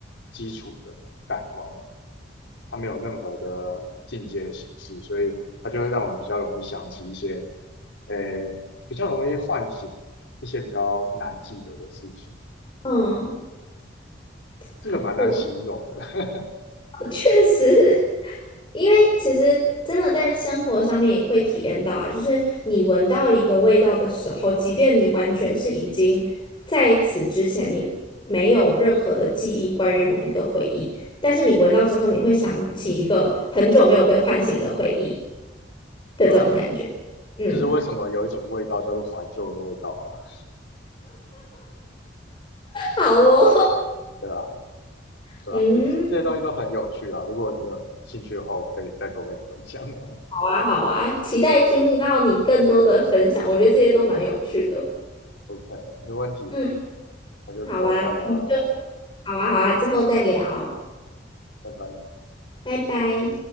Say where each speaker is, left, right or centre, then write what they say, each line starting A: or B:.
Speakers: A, on the left; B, on the left.
A: 基础的感官，它没有任何的进阶的形式，所以它就会让我们比较容易想起一些，呃，比较容易唤醒一些比较难记得的事情。
B: 嗯，
A: 这个蛮难形容的，
B: 好酷哦！<laughs> 哦确实，<laughs> 因为其实真的在生活上面也会体验到啊，就是你闻到一个味道的时候，即便你完全是已经在此之前你没有任何的记忆关于某一个回忆，但是你闻到之后，你会想起一个很久没有被唤醒的回忆
A: <laughs>
B: 的这种感觉。
A: 对啊，
B: 嗯，
A: 就是为什么有一种味道叫做怀旧的味道啊，
B: <laughs> 好哦，
A: 对啊，
B: <laughs>
A: 对啊，
B: 嗯。
A: 这这些东西都很有趣啊。如果你有兴趣的话，我可以再多跟你分享的。<laughs>
B: 好啊，好啊，期待听到你更多的分享，我觉得这些都蛮有趣的。
A: OK，没问题，
B: 嗯，
A: 那就之后再聊喽，
B: 好啊，那我们就好啊，好啊，之后再聊，
A: 拜拜。
B: 拜拜。